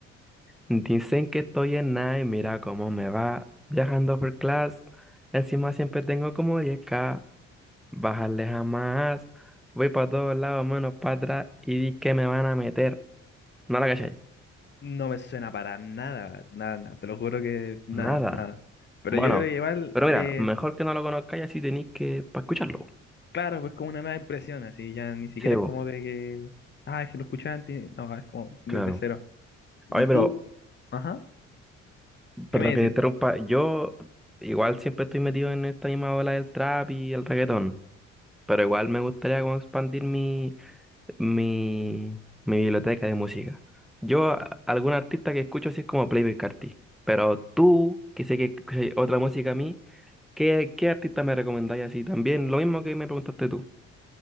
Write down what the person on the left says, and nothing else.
No me suena para nada, nada, nada, te lo juro que nada,
nada. Pero
yo creo que igual,
de,
claro, pues como una nueva impresión, así ya ni siquiera
es como de que, ah, es que lo escuchaba antes, no, es como desde
cero. ¿Y
tú?
Ajá,
¿qué me decir?